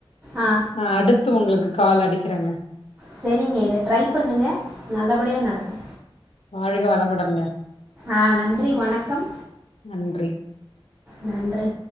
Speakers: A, on the right; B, on the left.
A: ஆ
B: நா அடுத் து உங்களுக்கு கால் அடிக்கிறேங்க
A: செரிங்க இத ட்ரை பண்ணுங்க நல்லபடியா நடக்கு
B: வாழ்க வளமுடன்ங்க
A: ஆ நன்றி வணக்கம்
B: நன்றி
A: நன்றி